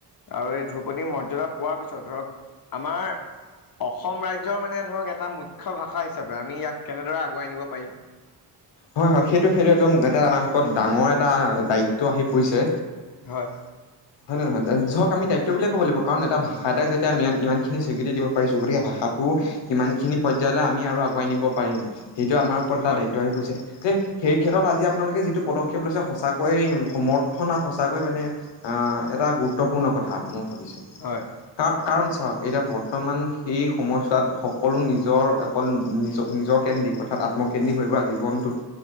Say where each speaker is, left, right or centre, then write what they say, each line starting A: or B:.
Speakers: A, on the left; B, on the left.
A: আৰু এই ধ্ৰুপদীৰ মৰ্যদা পোৱাৰ পিছত ধৰক আমাৰ অসম ৰাজ্যৰ মানে ধৰক এটা মুখ্য ভাষা হিচাপে আমি ইয়াক কেনেদৰে আগুৱাই নিব পাৰিম।
B: হয় হয় সেইটো সেইটো একদম এটা আমাৰ ওৰত ডাঙৰ এটা দায়িত্ব আহি পৰিছে।
A: হয়
B: হয় নে <unintelligible> আমি দায়িত্ব বুলিয়ে ক'ব লাগিব কাৰণ এটা ভাষা এটাক যাতে আম ইমানখিনি স্বীকৃতি দিব পাৰিছো গতিকে ভাষাটো কিমান খিনি পৰ্যায়লৈ আমি আৰু আগুৱাই নি পাৰিম। সেইটো আমাৰ ওপৰত এতা
A: হয়
B: দায়িত্ব আহি পৰিছে। সে সেই ক্ষেত্ৰত আজি আপোনালোকে যিটো পদক্ষেপ লৈছে সচাকৈয় সমৰ্থন আৰু সঁচাকৈয় মানে আহ এটা গুৰুত্বপূৰ্ণ কথা মোৰ। ভাবিছোঁ
A: হয়
B: কাৰন কাৰণ চাওক এতিয়া বৰ্তমান সেই সময়ছোৱাত সকলো নিজৰ অকল নিজৰ নিজৰকেন্দ্ৰিক অৰ্থাৎ আত্মকেন্দ্ৰিক হৈ পৰা জীৱনটোত